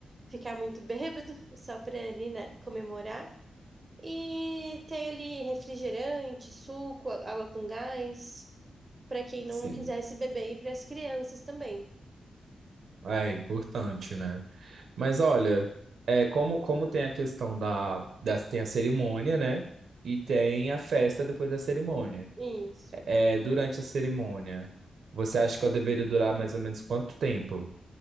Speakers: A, on the right (about 30°); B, on the right (about 75°).
A: ficar muito <laughs> bêbado, só para ali, né, comemorar. E ter ali refrigerante, suco, a- água com gás, para quem
B: Sim.
A: não quisesse beber e para as crianças também.
B: É importante, né? Mas olha, é, como, como tem a questão da, das Tem a cerimônia, né? E tem a festa depois da cerimônia.
A: Isso.
B: É, durante a cerimônia, você acha que ela deveria durar mais ou menos quanto tempo?